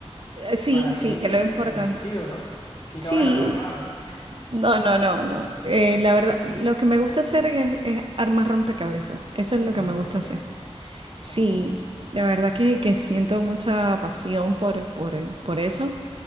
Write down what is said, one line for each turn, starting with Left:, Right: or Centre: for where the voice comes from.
Right: Eh, Sí,
Left: Para
Right: sí,
Left: ti tiene
Right: que es lo importante.
Left: que ser divertido, ¿no? Si no
Right: Sí,
Left: es algo raro.
Right: no, no, no, no. Eh, la verdad, lo que me gusta hacer es, es armar rompecabezas. Eso es lo
Left: Ah,
Right: que me gusta
Left: ok,
Right: hacer. Sí,
Left: ok.
Right: la verdad que, que siento mucha pasión por, por, por eso.